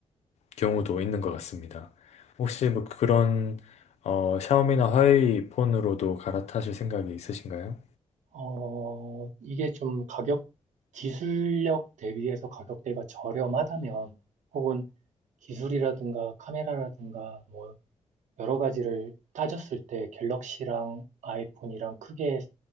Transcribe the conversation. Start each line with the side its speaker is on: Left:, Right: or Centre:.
Left: 경우도 있는 것 같습니다. 혹시 뭐 그런 어, 샤오미나 화웨이 폰으로도 갈아타실 생각이 있으신가요?
Right: 어, 이게 좀 가격, 기술력 대비해서 가격대가 저렴하다면, 혹은 기술이라든가 카메라라든가 뭐 여러 가지를 따졌을 때 갤럭시랑 아이폰이랑 크게